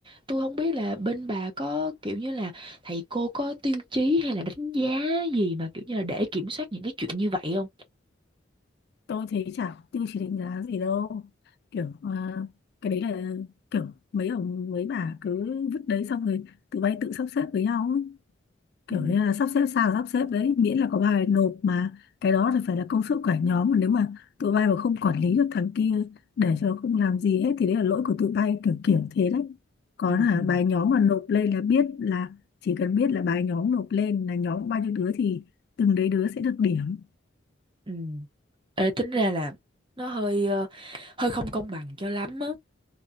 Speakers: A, on the right; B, on the left.
A: Tôi không biết là bên bà có kiểu như là thầy cô có tiêu chí hay là đánh giá gì mà kiểu như là để kiểm soát những cái chuyện như vậy không?
B: tôi thấy chả có tiêu chí đánh giá gì đâu kiểu à, cái đấy là kiểu mấy ông mấy bà cứ vứt đấy xong rồi tụi bay tự sắp xếp với nhau ấy. kiểu
A: Ừ,
B: như là sắp xếp sao sắp xếp đấy miễn là có bài nộp mà cái đó thì phải là công sức của cả nhóm mà nếu mà tụi bay mà không quản lý được thằng kia để cho nó không làm gì hết thì đấy là lỗi của tụi bay kiểu kiểu thế đấy còn
A: ừ,
B: là
A: ừ,
B: bài nhóm mà nộp lên là biết là chỉ cần biết là bài nhóm nộp lên là nhóm bao nhiêu đứa thì từng đấy đứa sẽ được điểm
A: ừ. Ê, tính ra là nó hơi ờ, hơi không công bằng cho lắm á